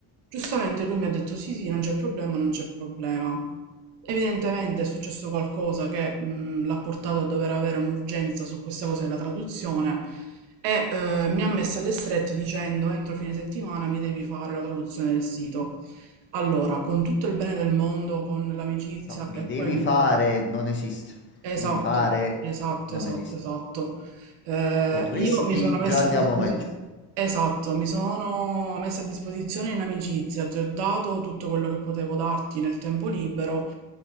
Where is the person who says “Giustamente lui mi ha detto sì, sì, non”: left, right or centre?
Right